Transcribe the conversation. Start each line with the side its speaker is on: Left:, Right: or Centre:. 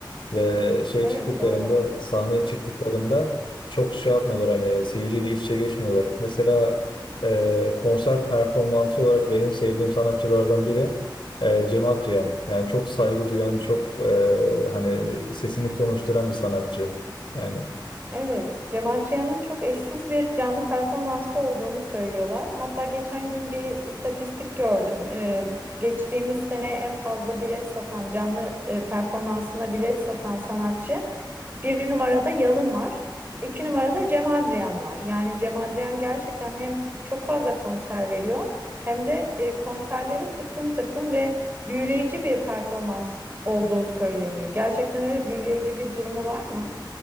Left: Ve şey
Right: Evet,
Left: çıktıklarında,
Right: doğru.
Left: sahneye çıktıklarında çok şey yapmıyorlar hani seyirciyle iç içe geçmiyorlar. Mesela e, konser performansı olarak benim sevdiğim sanatçılardan biri e, Cem Adrian. Yani çok saygı duyan, çok e, hani sesini konuşturan bir sanatçı. Yani
Right: Evet, Cem Adrian'ın çok eşsiz bir canlı performansı olduğunu söylüyorlar. Hatta geçen gün bir istatistik gördüm. Ee, geçtiğimiz sene en fazla bilet satan, canlı e, performansına bilet satan sanatçı bir numarada Yalın var. iki numarada Cem Adrian var. Yani Cem Adrian gerçekten hem çok fazla konser veriyor hem de e, konserleri tıklım tıklım ve büyüleyici bir performans olduğu söyleniyor. Gerçekten öyle büyüleyici bir durumu var mı?